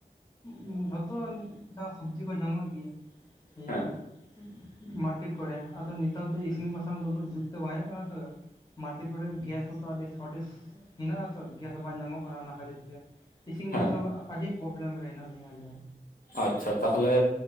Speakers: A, on the left; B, on the left.
A: ᱫᱚ ᱡᱷᱚᱛᱚ ᱥᱟᱜᱽ ᱥᱚᱵᱽᱡᱤ ᱠᱚ ᱧᱟᱢᱚᱜ ᱜᱮᱭᱟᱹ᱾ ᱦᱮ
B: ᱦᱮᱸ
A: <unintelligible> ᱢᱟᱨᱠᱮᱴ ᱠᱚᱨᱮ ᱟᱫᱚ ᱱᱮᱛᱟᱨ ᱫᱚ ᱤᱥᱤᱱ ᱵᱟᱥᱟᱝ ᱫᱚ ᱩᱱᱟᱹᱜ ᱡᱩᱛ ᱫᱚ ᱵᱟᱝ ᱦᱩᱭᱩᱜ ᱠᱟᱱᱟ ᱛᱚ ᱢᱟᱨᱠᱮᱴ ᱠᱚᱨᱮ ᱜᱮᱥ ᱟᱹᱰᱤ ᱥᱚᱴᱷᱤᱠ ᱦᱮᱱᱟᱜ ᱟᱹᱛᱚ ᱜᱮᱥ ᱵᱟᱝ ᱧᱟᱢᱚᱜ ᱠᱟᱱᱟ ᱚᱱᱟ ᱠᱷᱟᱹᱛᱤᱨ ᱤᱥᱤᱱ
B: ᱦᱮᱸ
A: ᱵᱟᱥᱟᱝ ᱟᱹᱰᱤ ᱯᱨᱚᱵᱞᱮᱢ ᱨᱮ ᱦᱮᱱᱟᱜ ᱞᱤᱧᱟ ᱟᱞᱤᱧ
B: ᱟᱪᱷᱟ ᱛᱟᱦᱚᱞᱮ